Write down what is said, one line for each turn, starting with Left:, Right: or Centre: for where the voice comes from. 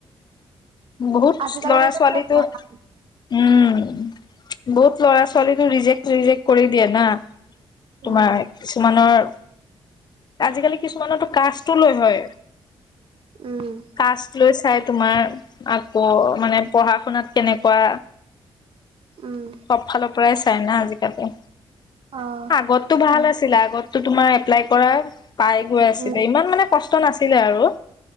Left: বহুত
Right: আজিকালি
Left: ল'ৰা
Right: মানে
Left: ছোৱালীটো
Right: চব বনা
Left: উম বহুত ল'ৰা ছোৱালীটো ৰিজেক্ট ৰিজেক্ট কৰি দিয়ে না
Right: উম,
Left: তোমাৰ কিছুমানৰ আজিকালি কিছুমানো তু কাষ্টো লৈ হয়
Right: উম,
Left: কাষ্ট লৈ চাই তোমাৰ আকৌ মানে পঢ়া শুনাত কেনেকুৱা
Right: উম।
Left: সব ফালৰ পৰাই চাই না আজিকালি তাকে
Right: অ',
Left: আগততো ভাল
Right: হয়।
Left: আছিলে আগত তহ তোমাৰ এপ্লাই পৰা পাই গৈ আছিলে
Right: উম,
Left: ইমান মানে কষ্ট তহ নাছিলে আৰু